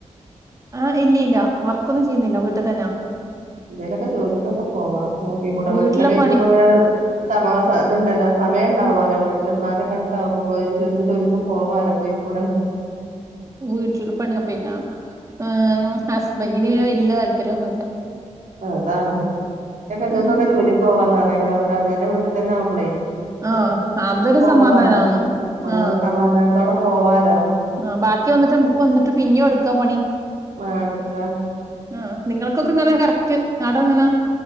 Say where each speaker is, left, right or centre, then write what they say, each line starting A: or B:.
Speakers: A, on the right; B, on the right.
A: ആഹ് ഇല്യ ഇല്ല വർക്കൊന്നും ചെയ്യുന്നില്ല വീട്ടിൽ തന്നാ
B: എന്തേലൊക്കെ ജോലിക്കൊക്കെ പോവാ നോക്കി കുടേ
A: വീട്ടിലെ
B: വീട്ടിലൊക്കെ ഇരിക്കുമ്പൊഴ
A: പണി
B: സമ സ ഇതുണ്ടല്ലോ സമയ ഉണ്ടാവുമല്ലോ വീട്ടില് ഉമ്മന്റെക്കെടുത്ത് ആവുമ്പോ പോയൊരു ചെറിയൊരു ജോലി ഇപ്പൊ പോവാല്ലോ പൊയ്ക്കൂടെ
A: വീട്ടില് പണി വെപ്പ് തന്ന ഏഹ് ഹസ്ബൻഡിന് വല്യ താല്പര്യോന്നുല്ല
B: ആഹ് അതാണ് <unintelligible> ഞങ്ങക്കൊക്കെ
A: ഉം
B: ജോലിക്ക് പോവാന്ന് <unintelligible> അങ്ങനെ വീട്ടിൽ തന്നെ ആവുമ്പളേ <unintelligible>
A: ആഹ് അതൊരു
B: പോവാല്ലോ
A: സമാധാനാണ്
B: ഉം അങ്ങനെ
A: ആഹ്
B: സമാധാനത്തോടെ പോവാലോ
A: ആഹ് ബാക്കി വന്നിട്ട് നമ്മുക്ക് വന്നിട്ട് പിന്നെയും എവിടുക്കാ പണി
B: മടുക്ക
A: ആഹ് നിങ്ങളക്കൊക്കെ ഇങ്ങനെ കറക്റ്റ് ആട എങ്ങനാ